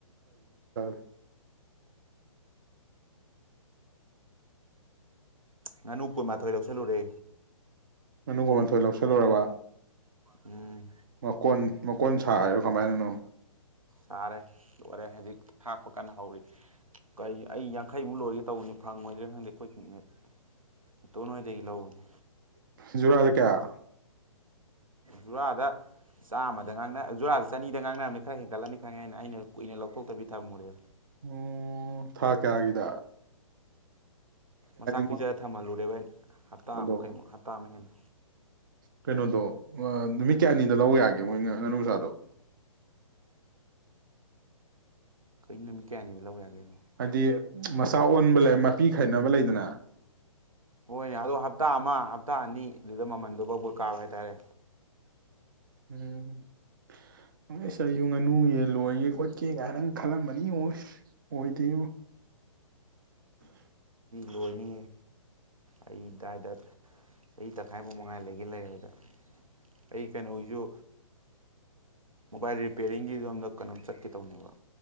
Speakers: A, on the right; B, on the right.
A: <unintelligible> <unintelligible>
B: ꯉꯥꯅꯨ ꯀꯨꯟꯃꯥꯊꯣꯏ ꯂꯧꯁꯜꯂꯨꯔꯦ
A: ꯉꯥꯅꯨ ꯀꯨꯟ ꯃꯥꯊꯣꯏ ꯂꯧꯁꯤꯜꯂꯨꯔꯕ
B: ꯎꯝ
A: ꯃꯀꯣꯟ ꯃꯀꯣꯟ ꯁꯥꯔꯤꯔꯣ ꯀꯃꯥꯏꯅꯅꯣ
B: ꯆꯥꯔꯦ ꯂꯣꯏꯔꯦ ꯍꯧꯖꯤꯛ ꯊꯥꯛꯄ ꯀꯥꯟꯅ ꯍꯧꯔꯤ ꯀꯔꯤ ꯑꯩ ꯌꯥꯡꯈꯩꯃꯨꯛ ꯂꯣꯏꯒꯦ ꯇꯧꯔꯤ ꯐꯪꯉꯣꯏꯗ꯭ꯔꯦ ꯈꯪꯗꯦ ꯑꯩꯈꯣꯏ <inaudible> ꯇꯣꯟ ꯍꯣꯏꯗꯒꯤ ꯂꯧꯕꯅꯤ
A: ꯖꯨꯔꯥꯗ ꯀꯌꯥ
B: ꯖꯨꯔꯥꯗ ꯆꯥꯝꯃꯗ ꯉꯥꯡꯅ ꯖꯨꯔꯥꯗ ꯆꯅꯤꯗ ꯉꯥꯡꯅꯝꯅꯤ ꯈꯔ ꯍꯦꯟꯒꯠꯂꯅꯤ ꯈꯪꯉꯦꯅ ꯑꯩꯅ ꯀꯨꯏꯅ ꯂꯧꯊꯣꯛꯇꯕꯤ ꯊꯝꯃꯨꯔꯦ
A: ꯎꯝ ꯊꯥ ꯀꯥꯌꯒꯤꯗ
B: ꯃꯆꯥꯥꯛ
A: ꯃꯣꯏ
B: ꯄꯤꯖꯔ ꯊꯝꯍꯜꯂꯨꯔꯦꯕ ꯑꯩꯅ ꯍꯞꯇꯃꯨꯩꯛ
A: ꯀꯩꯅꯣꯗꯣ
B: ꯀꯩꯃꯨꯛ ꯍꯞꯇꯥ ꯃꯨꯛ ꯍꯦꯟꯅ
A: ꯀꯩꯅꯣꯗꯣ ꯑ ꯅꯨꯃꯤꯠ ꯀꯌꯥꯅꯤꯗ ꯂꯧ ꯌꯒꯦ ꯃꯣꯏ ꯉꯥꯅꯨ ꯃꯆꯥꯗꯣ
B: ꯀꯩꯅꯣ ꯅꯨꯃꯤꯠ ꯀꯌꯥꯅꯤꯗꯤ ꯂꯧ ꯌꯥꯒꯦꯕꯨ
A: ꯍꯥꯏꯗꯤ ꯃꯆꯥ ꯑꯣꯟꯕ ꯂꯩ ꯃꯄꯤ ꯈꯥꯏꯅꯕ ꯂꯩꯗꯅ
B: ꯍꯣꯏꯅꯦ ꯑꯣꯗꯣ ꯍꯞꯇꯥ ꯑꯃ ꯍꯞꯇꯥ ꯑꯅꯤꯗꯨꯗ ꯃꯃꯟꯗꯨ ꯕꯛ ꯕꯛ ꯀꯥꯕ ꯍꯥꯏꯇꯥꯔꯦ
A: ꯎꯝ <unintelligible> ꯑꯩꯁꯨ ꯉꯥꯅꯨ ꯌꯦꯟ ꯂꯣꯏꯒꯦ ꯈꯣꯠꯀꯦ ꯀꯥꯏꯅꯪ ꯈꯜꯂꯝꯕꯅꯤ ꯑꯣꯁ ꯑꯣꯏꯗ꯭ꯔꯦ
B: ꯂꯣꯏꯅꯤ ꯑꯩꯗꯥꯏꯗ ꯆꯍꯤ ꯇꯪꯈꯥꯏꯃꯨꯛꯃ ꯉꯥꯏꯗ ꯂꯩꯒꯦ ꯂꯩꯔꯗ ꯑꯩ ꯀꯩꯅꯣꯒꯤꯁꯨ ꯃꯣꯕꯥꯏꯜ ꯔꯤꯄ꯭ꯌꯔꯤꯡꯒꯤ ꯂꯣꯝꯗ ꯀꯩꯅꯣꯝ ꯆꯠꯀꯦ ꯇꯧꯅꯦꯕ